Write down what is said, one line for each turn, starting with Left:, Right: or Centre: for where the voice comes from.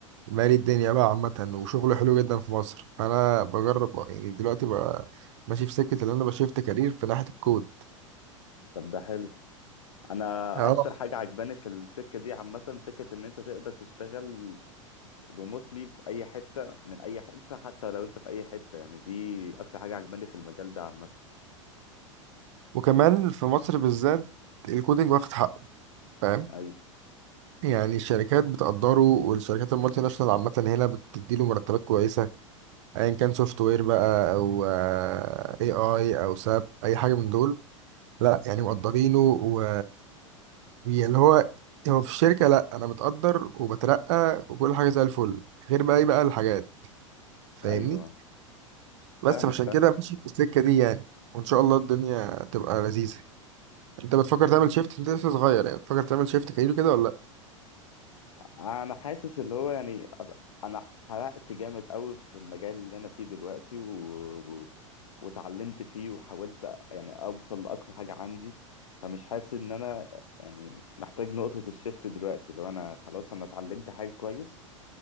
Right: مالي الدنيا بقى عامه وشغله حلو جدا في مصر فانا بجرب يعني دلوقتي بقى ماشي في سكه اللي انا بشفت كارير في ناحيه الكود
Left: طب ده حلو انا
Right: اه
Left: اكتر حاجه عجباني في السكه دي عامه فكره ان انت تقدر تشتغل ريموتلي في اي حته من اي حته حتى لو انت في اي حته يعني دي اكتر حاجه عجباني في المجال ده عامه
Right: وكمان في مصر بالذات الكودنج واخد حقه فاهم
Left: اي
Right: يعني الشركات بتقدره والشركات المالتي ناشونال عامة هنا بتديله مرتبات كويسة أيا كان سوفت وير بقى أو اي اي أو ساب أي حاجة من دول لا يعني مقدرينه و... واللي هو هو في الشركة لا أنا متقدر وبترقى وكل حاجة زي الفل غير بقى إيه بقى الحاجات فاهمني
Left: ايوه
Right: بس
Left: فاهمك
Right: عشان
Left: فاهم
Right: كده ماشي في السكة دي يعني وإن شاء الله الدنيا تبقى لذيذة أنت بتفكر تعمل شيفت أنت لسه صغير يعني بتفكر تعمل شيفت كارير كده ولا
Left: انا حاسس اللي هو يعني أص- انا حرقت جامد قوي في المجال اللي انا فيه دلوقتي و... و... وتعلمت فيه وحاولت يعني اوصل لاقصى حاجه عندي فمش حاسس ان انا يعني محتاج نقطه الشيفت دلوقتي لو انا خلاص انا اتعلمت حاجه كويس